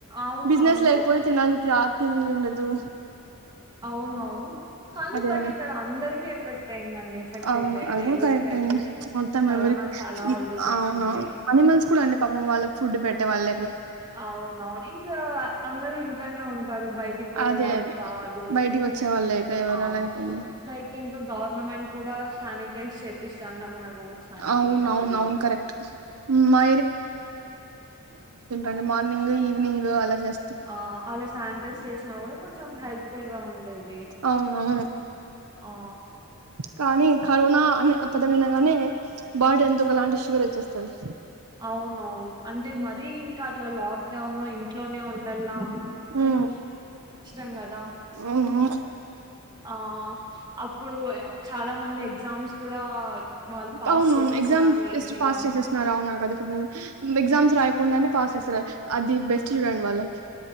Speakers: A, on the right; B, on the right.
A: అవునవును
B: బిజినెస్ లేకపోతే తినడానికి తిన్నీ ఉండదు
A: అవున అవును కానీ
B: అదే
A: బట్ ఇక్కడ అందరికి ఎఫెక్ట్ అయిందండి ఎఫెక్ట్
B: అవును
A: అయి
B: అది కూడా
A: అయ్యేకయితే
B: కరెక్టే మొత్తం
A: కరోనా
B: ఎవరి
A: చాలా ఇది చేసింది
B: అవును అనిమల్స్ కూడా అండి పాపం వాళ్ళ ఫుడ్ పెట్టే వాళ్ళ
A: అవునవును ఇంకా అందరూ ఇంట్లోనే ఉంట టారు బయటిపోయే
B: అదే
A: వాళ్ళు
B: అదే
A: కాదు
B: బయటికి వచ్చే వాళ్ళు లేక ఎవరు
A: ఆ
B: అలా అయిపోయింది
A: లైక్ ఇంకా గవర్నమెంట్ కూడా శానిటైజ్ చేపిస్తాండ మన రోడ్ అన్ని
B: అవును
A: అప్పుడు
B: అవును అవును కరెక్ట్ మా అండి మార్నింగ్ ఈవినింగ్ అలా చేస్త
A: ఆ అలా శానిటైజ్ చేషి నవుడు కొంచెం హెల్ప్ ఫుల్ గా ఉండేది
B: అవునవును
A: ఆ
B: కానీ కరోనా అనే ఆ పదం వినగానే బాడీ ఏందో ఒకలాంటి శివర్ వచ్చేస్తాది
A: అవునవును అంటే మరీ ఇంకా ఇట్లా లాక్ డౌన్ ఇంట్లోనే ఉండల్లా <inaudible>
B: ఉమ్
A: అష్టంగా దా
B: అవును
A: ఆ ఆ అప్పుడు ఆ చాలా మంది ఎగ్జామ్స్ కూడా వాళ్ళు పాస్
B: అవును
A: చేసేసినారు
B: ఎగ్జామ్
A: ఈజీగా
B: జస్ట్ పాస్ చేసేస్తున్నారు అవు నాకు అది కొ ఎగ్జామ్స్ రా కాకుండానే పాస్ చేసారు అది బెస్ట్ చూడండి వాళ్ళకి